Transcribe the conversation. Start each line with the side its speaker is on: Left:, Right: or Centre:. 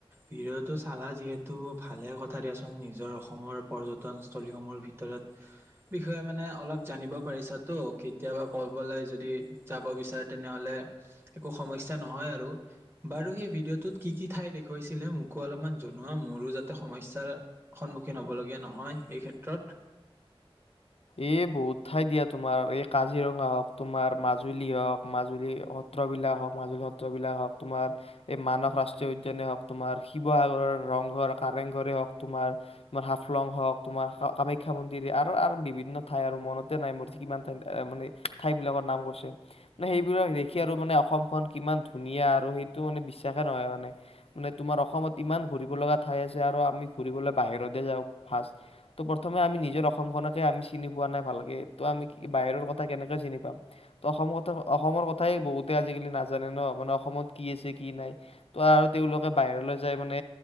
Right: ভিডিঅ'তো চালা যিহেতু ভালে কথা দিয়াচোন। নিজৰ অসমৰ পৰ্যটনস্থলীসমূহৰ ভিতৰত, বিষয়ে মানে অলপ জানিব পাৰিছাতো! কেতিয়াবা ক'বালৈ যদি যাব বিচাৰে তেনেহ'লে একো সমস্যা নহয় আৰু। বাৰু সেই ভিডিঅ'টোত কি কিঠাই দেখুৱাইছিলহে? মোকো অলপমান জনোৱা, মোৰো যাতে সমস্যাৰ সন্মুখীন হ'বলগীয়া নহয় এই ক্ষেত্ৰত।
Left: এই বহুত ঠাই দিয়া তোমাৰ, এই কাজিৰঙা হওক তোমাৰ, মাজুলী হওঁক, মাজুলী সত্ৰবিলাক হওক, মাজুলী সত্ৰবিলাক হওক, তোমাৰ এই মানস ৰাষ্ট্ৰীয় উদ্যানে হওক তোমাৰ, শিৱসাগৰৰ ৰংঘৰ-কাৰেং ঘৰে হওক তোমাৰ, তোমাৰ হাফলং হওক, তোমাৰ কামাখ্যা মন্দিৰ আৰু বিভি ঠাই আৰু মনতে নাই <unintelligible> কিমান মানে ঠাইবিলাকৰ নাম কৈছে। মানে সেইবিলাক দেখি আৰু মানে অসমখন কিমান ধুনীয়া আৰু সেইটো মানে বিশ্বাসে নহয় মানে। মানে, তোমাৰ অসমত ইমান ঘূৰিব লগা ঠাই আছে আৰু আমি ঘূৰিবলৈ বাহিৰতে যাওঁ ফাষ্ট। ত' প্ৰথমে আমি নিজৰ অসমখনকে আমি চিনি পোৱা নাই ভালকে। ত' আমি বাহিৰৰ কথা কেনেকে চিনি পাম? ত' অসমৰ কথা, অসমৰ কথাই বহুতে আজিকালি নাজানে ন, মানে অসমত কি আছে কি নাই? ত' আৰু তেওঁলোকে বাহিৰলৈ যায় মানে